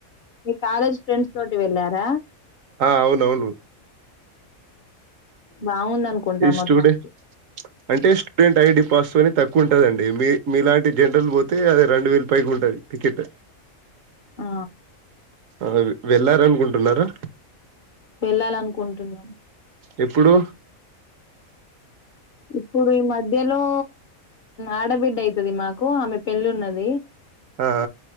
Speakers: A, on the left; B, on the right.
A: మీ కాలేజ్ ఫ్రెండ్స్ తోటి వెళ్ళారా
B: ఆ అవునవును
A: బాగుందనుకుంటా
B: ఈ
A: మొత్తానికి
B: స్టూడెంట్ అంటే స్టూడెంట్ ఐడి పాస్ అని తక్కువ ఉంటదండి మీ మీలాంటి జనరల్ పోతే అది రెండు వేలకి పైకి ఉంటుంది టికెట్
A: ఆ
B: ఆ వెళ్ళార అనుకుంటు ఉన్నారా
A: వెళ్ళాలడుకుంటున్నాం
B: ఎప్పుడు
A: ఇప్పుడు ఈ మ మధ్యలో ఆడబిడ్డ అయితుది మాకు ఆమె పెళ్లి ఉన్నది
B: ఆ